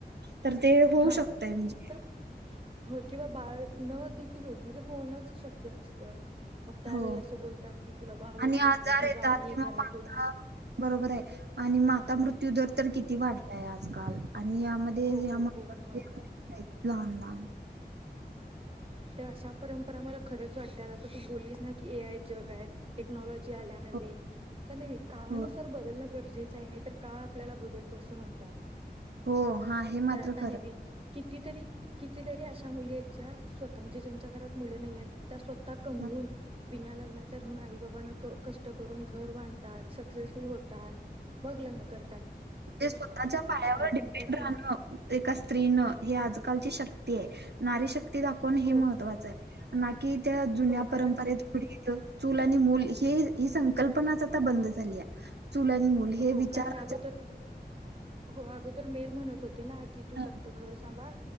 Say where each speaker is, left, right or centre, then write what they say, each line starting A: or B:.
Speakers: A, on the right (about 75°); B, on the right (about 30°).
A: तर हा ते होऊ
B: हा
A: शकतय म्हणजे
B: तर हो किंवा बाळ न देखील होऊ म्हणजे होणंच शक्य नसतं मग त्यावेळी
A: हो
B: असं बोलतात की तुला बाळ होत
A: आणि आजार
B: नाही तू
A: येतात
B: जा आणि
A: किंवा
B: घरातून
A: माता बरोबर आहे आणि माता मृत्यू तयू दर तर किती वाढ ते आजकाल आणि यामध्ये
B: हो
A: <inaudible>
B: हो हो हो अगदी
A: लहान लहान
B: तर अशा परंपरा मला खरंच वाटत आता तू बोललीस ना की ए आय जग आहे टेक्नॉलॉजी ते आल्या नवीन
A: हो
B: ते काळानुसार
A: हो
B: बदल गरजेच आहे मी तर काळ आपल्याला बदलतो असं म्हणतात
A: हो हा हे मात्र
B: तर आता
A: खरं
B: नवीन
A: आहे
B: कितीतरी कितीतरी अशा मुली आहेत ज्या स्वतः म्हणजे ज्यांच्या घरात मुलं नाही आहेत त्या स्वत कमवून
A: आहे
B: बिण्या लग्ना ना राहून आई बाबांना कष्ट करून घर बांधतात सक्सेसफुल होतात मग लग्न कर
A: ते स्वतःच्या पायावर डिपेंड
B: म्हणतात
A: राहणं
B: की
A: एका स्त्रीनं हे आजकालची शक्ती आहे नारीशक्त दाखवण हे
B: हो
A: महत्वाचं आहे ना की त्या जुन्या
B: हो
A: परंपरेत
B: कारण
A: फुडे चूल आणि मूल हे ही संकल्पनाच आता बंद झाली आहे चुल आणि मुल हे
B: हो
A: विचाराच
B: कारण अगोदर हो अगोदर मेल म्हणत होते ना तू
A: हा,
B: फक् घर बाळ